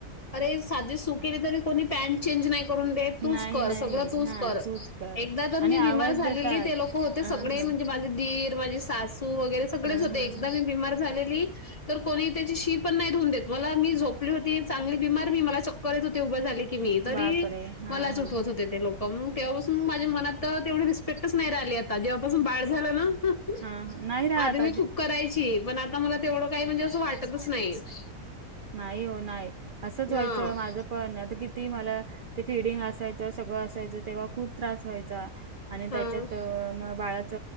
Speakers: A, on the left; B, on the right.
A: अरे साधी सुू केली तरी कोणी पॅन्ट चेंज नाही करून देत तूच
B: नाही
A: कर सगळं
B: नाही
A: तूच
B: हां
A: कर
B: तूच कर आणि
A: एकदा
B: एकट्या
A: तर मी बीमार
B: आवाज
A: झालेली
B: देतात
A: ते लोक होते.
B: हां
A: सग सगळे
B: हां.
A: म्हणजे माझ दीर माझीक सासू वगैरे सगळेच होते
B: हं, हं,
A: एक
B: हं.
A: बमार झाली तर कोणी त्याची शी पण नाही धून देत मला मी झोपली होती चांगली बीमार मी मला चक्कर येत होती उभा झाली की मी तरी
B: बापरे हा
A: मलाच
B: हा
A: उठवत होते. ते लोक मग तेव्हापासून माझ्या मनात तर तेवढी रिस्पेक्ट नाही राहीली आता जेव्हापासून बाळ झाल ना <unintelligible>
B: हा नाही राहत
A: खूप करायची पण आता मला तेवढं काय म्हणजे असं
B: <unintelligible>
A: वाटतच नाही.
B: नाही वो नाही असंच व्हायचं
A: हां.
B: माझ पण आता किती मला ते फिडिंग असायचं सगळं असायचं तेव्हा खूप त्रास व्हायचा आणि
A: हां.
B: त्याच्यात म बाळाच